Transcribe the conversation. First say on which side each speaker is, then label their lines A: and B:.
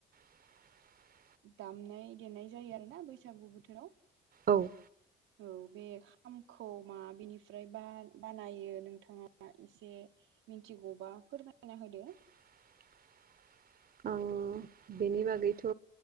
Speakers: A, on the right; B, on the right.
A: <inaudible>
B: दामनाय देनाय जायो आरोना बैसागु बोथोराव
A: औ
B: औ बे खामखौ माबेनिफ्राय बानायो नोंथाङा एसे मिथिगौबा फोरमायना होदो
A: <inaudible> आं बेनि बागैथ'